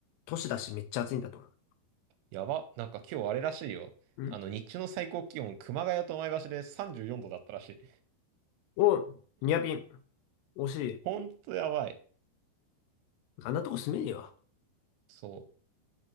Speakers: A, on the left; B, on the right.
A: 都市だしめっちゃ暑いんだと思う。
B: やば、なんか今日あれらしいよ。
A: うん。
B: あの、日中の最高気温、熊谷と前橋で34度だったらしい。
A: お、ニアピン。惜しい。
B: ほんとやばい。
A: あんなとこ住めねえわ。
B: そ